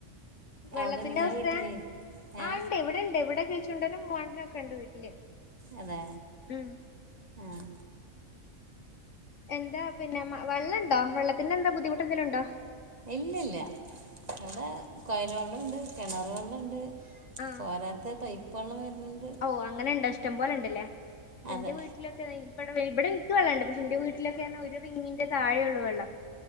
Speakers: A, on the left; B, on the right.
A: വെള്ളത്തിന്റെ
B: അവിടെ നിങ്ങളെ
A: അവസ്‌തെ?
B: വീട്ടിൽ ഏ
A: ആ ഉണ്ട് ഇവിടെണ്ട്. ഇവിടെ കിളിച്ചുണ്ടനും മുവാണ്ടനും ഒക്കെ ഉണ്ട് വീട്ടില്.
B: അതെ,
A: ഉം
B: ആഹ്.
A: എന്താ പിന്നെ മ വെള്ളംണ്ടോ? വെള്ളത്തിന്റെ എന്താ ബുദ്ധിമുട്ട് എന്തേലും ഉണ്ടോ?
B: ഇല്ലില്ലാ. അവിടെ കൊയൽ വെള്ളംണ്ട് കെണറ് വെള്ളണ്ട്.
A: ആഹ്
B: പോരാത്ത പൈപ്പ് വെള്ളം വര്ന്ണ്ട്.
A: ഓ അങ്ങനെണ്ട ഇഷ്ടംപോലെണ്ടല്ലേ.
B: അതെ
A: എന്റെ വീട്ടിലൊക്കെ <unintelligible> ഇവിടെ എനിക്ക് വെള്ളം ഉണ്ട്. പക്ഷെ എന്റെ വീട്ടിലൊക്കെ ഒരുറിങ്ങിന്റെ താഴേഒള്ളു വെള്ളം.